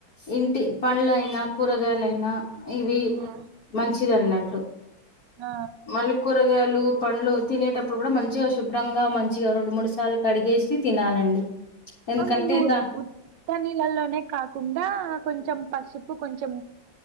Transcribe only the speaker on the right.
ఆ
ఆ
అవునండి
ఉత్త నీళ్ళలోనే కాకుండా కొంచెం పసుపు ఉప్పు కొంచెం